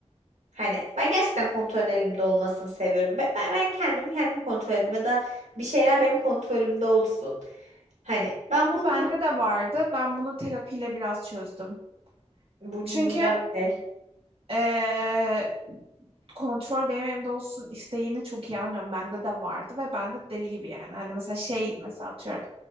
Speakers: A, on the right; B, on the right.
A: Hani ben gerçekten kontrolün elimde olmasını seviyorum. Ben, ben, ben kendimi kendimi kontrol edeyim ya da bir şeyler benim kontrolümde olsun. Hani ben
B: Bu
A: bunu
B: bende de vardı. Ben bunu terapiyle biraz çözdüm.
A: bu,
B: Çünkü
A: bu güzel bir şey.
B: Ee, kontrol benim elimde olsun isteğini çok iyi anlıyorum. Bende de vardı ve ben de deli gibi yani. Hani mesela şey mesela atıyorum.